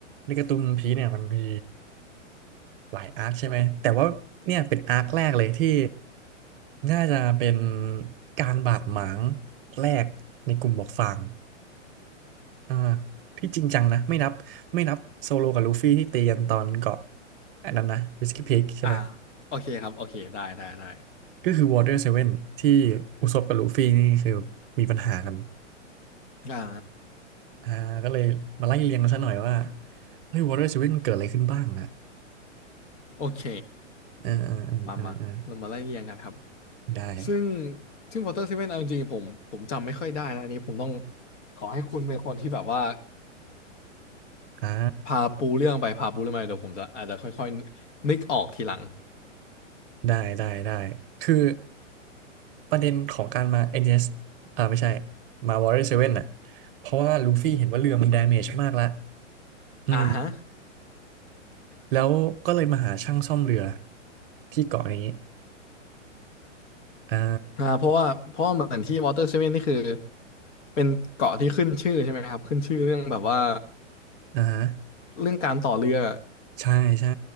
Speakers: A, on the right; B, on the left.
A: ในการ์ตูนพีเนี่ยมันมีหลายอาร์คใช่ไหมแต่ว่าเนี่ยเป็นอาร์คแรกเลยที่น่าจะเป็นการบาดหมางแรกในกลุ่มหมวกฟางอ่าที่จริงจังนะไม่นับไม่นับโซโลกับลูฟี่ที่ตีกันตอนเกาะอันนั้นนะวิสกี้พีคใช่ไหม
B: อ่าโอเคครับโอเคได้ได้ได้
A: ก็คือวอเตอร์เซเว่นที่อุซบกับลูฟี่นี่คือมีปัญหากัน
B: อ่า
A: อ่าก็เลยมาไล่เรียงกันซะหน่อยว่าเฮ้ยวอเตอร์เซเว่นเกิดอะไรขึ้นบ้างนะ
B: โอเค
A: เออเออเออเออเออ
B: มามาเรามาไล่เรียงกันครับ
A: ได้
B: ซึ่งซึ่งวอเตอร์เซเนเอาจริงๆผมผมจำไม่ค่อยได้นะอันนี้ผมต้องขอให้คุณเป็นคนที่แบบว่า
A: อ่า
B: พาปูเรื่องไปพาปูเรื่องมาเดี๋ยวผมจะอาจจะค่อยๆนึกออกทีหลัง
A: ได้ได้ได้ คือประเด็นของการมา NDS อนดีเอสอ่าไม่ใช่มา Warrior Seven น่ะ เพราะว่าลูฟี่เห็นว่าเรือมัน damage มากแล้ว อืม
B: อ่าฮะ
A: แล้วก็เลยมาหาช่างซ่อมเรือที่เกาะนี้ อ่า
B: อ่าเพราะว่าเพราะว่าเหมือนที่ w อเตอร์ v ซ n วนนี่คือเป็นเกาะที่ขึ้นชื่อใช่ไหมครับขึ้นชื่อเรื่องแบบว่า
A: อ่าฮะ
B: เรื่องการต่อเรือ
A: ใช่ใช่